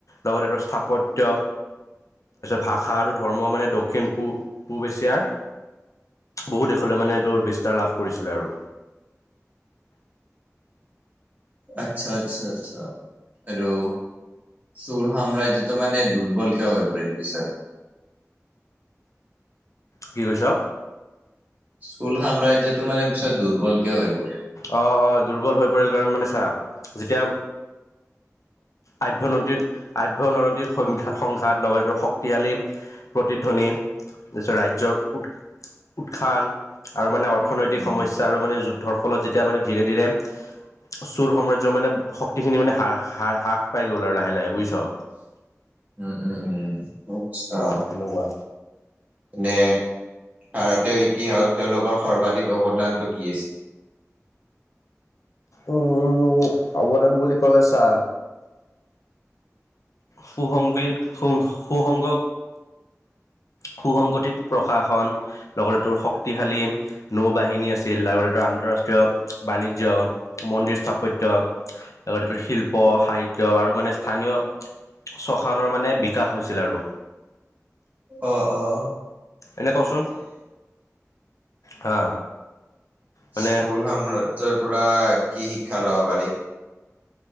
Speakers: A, on the left; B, on the right.
A: লগতেটো স্থাপত্য ভাষা আৰু ধৰ্ম মানে দক্ষিণ পূ-পূব এছিয়াৰ বহু দেশলে মানে তোৰ বিস্তাৰ লাভ কৰিছিলে আৰু।
B: আচ্ছা-আচ্ছা-আচ্ছা। আৰু চোল সাম্ৰাজ্যতটো মানে দুৰ্বল কিয় হৈ পৰিল পিছত?
A: কি কৈছো?
B: চোল সাম্ৰাজ্যতটো মানে পিছত দুৰ্বলকে হৈ পৰিল?
A: অ অ দুৰ্বল হৈ পৰিল কাৰণ মানে চা, যেতিয়া আভ্যণ আভ্যয়ন্তৰীন সং সংঘাত, লগতে শক্তিশালী প্ৰতিধ্বনি, তাৰপিছত ৰাজ্যৰ উৎ-উৎখান আৰু মানে অৰ্থনৈতিক
B: উম,
A: সমস্যা আৰু মানে যুদ্ধৰ ফলত যেতিয়া মানে ধীৰে ধীৰে চোল সাম্ৰাজ্য মানে শক্তিখিনি মানে হ-হা-হাৰ-হ্ৰাস পাই গ'ল আৰু লাহে লাহে বুজছো?
B: উম উম উম আচ্ছা।
A: সেনেকুৱা
B: নে ভাৰতীয় ইতিহাসত তেওঁলোকৰ সৰ্বাধিক অৱদানটো কি আছে?
A: উ উ অৱদান বুলি ক'লে চা সু সংগীত, সু-সুসংগ সুসংগঠিত প্ৰশাসন, লগতে তোৰ শক্তিশালী নৌ বাহিনী আছিল লগতে আন্তঃৰাষ্ট্ৰীয় বাণিজ্য, মন্দিৰ স্থাপত্য লগতে তোৰ শিল্প, সাহিত্য আৰু মানে স্থানীয় শশানৰ মানে বিকাশ হৈছিল আৰু।
B: অ' অ'।
A: এনে কৰচোন? হা মানে
B: চোল সাম্ৰাজ্যৰ পৰা কি শিক্ষা লব পাৰি?